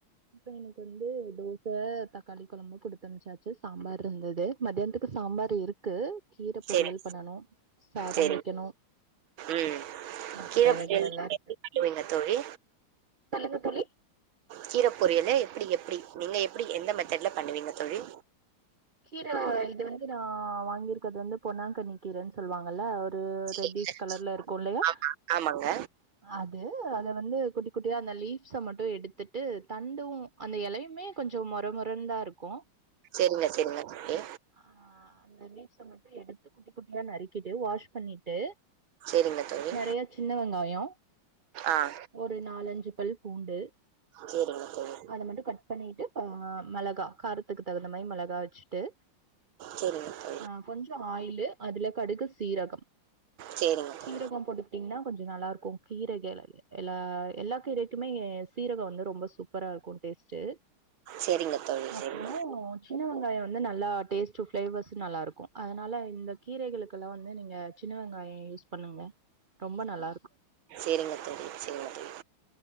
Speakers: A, on the right; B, on the right.
A: பையனுக் வந்து தோச தக்காளி கொழம்பு குடுத்தன்ம்ச்சாச்சு சாம்பாருந்தது மதியான்த்துக்கு சாம்பாரு இருக்கு கீர
B: சேரி,
A: பொரியல் பண்ணணு சாதம்
B: சேரிங்க.
A: வைக்கணு
B: ம்.
A: மத்த
B: கீர
A: வேலைகள்
B: பொரியல்
A: எல்லா
B: நீங்க
A: இருக்கு
B: எப்டி பண்ணுவீங்க
A: ம்
B: தோழி?
A: சொல்லுங்க தோழி
B: கீர பொரியலு எப்புடி எப்டி நீங்க எப்டி எந்த மெத்தட்ல பண்ணுவீங்க தோழி
A: கீர இது வந்து நா வாங்கிருக்கது வந்து பொன்னாங்கன்னி கீரன் சொல்வாங்கல து
B: சரிங்க.
A: ரெட்டிஷ் கலர்ல இருக்குலையா
B: ஆமா, ஆமாங்க.
A: அது அத வந்து குட்டி குட்டியா அந்த லீஃப்ஸ மட்டு எடுத்துட்டு தண்டுவு அந்த எலையுமே கொஞ்சோ மொர மொரன்தா இருக்கு
B: செரிங்க செரிங்க தோழி
A: அ அந்த லீஃப்ஸ மட்டு எடுத்து குட்டி குட்டியா நறுக்கிட்டு வாஷ் பண்ணிட்டு
B: சேரிங்க தோழி.
A: நெறையா சின்ன வெங்காயோ
B: ஆ.
A: ஒரு நாலஞ்சு பல் பூண்டு
B: சரிங்க தோழி
A: அத மட்டு கட் பண்ணிட்டு ஆ மெளகா காரத்துக்கு தகுந்த மாரி மெளகா வச்சுட்டு
B: சரிங்க தோழி
A: ஆ கொஞ்சோ ஆயிலு அதுல கடுகு சீரகம்
B: சரிங்க
A: சீரகோ
B: தோழி
A: போட்டு டிங்னா கொஞ்சு நல்லாருக்கு கீரேக எல்லா எல்லா கீரைக்குமே சீரகோ வந்து ரொம்ப சூப் பரா இருக்கு டேஸ்ட்டு
B: சரிங்க தோழி
A: அப்றோ
B: சரிங்க
A: சின்ன வெங்காயோ வந்து நல்லா டேஸ்ட்டு ஃப்ளேவர்ஸ் நல்லா இருக்கு அதனால இந்த கீரைகளுக்கெலா வந்து நீங்க சின்ன வெங்காயோ யூஸ் பண்ணுங்க ரொம்ப நல்லாருக்
B: செரிங்க தோழி செரிங்க தோழி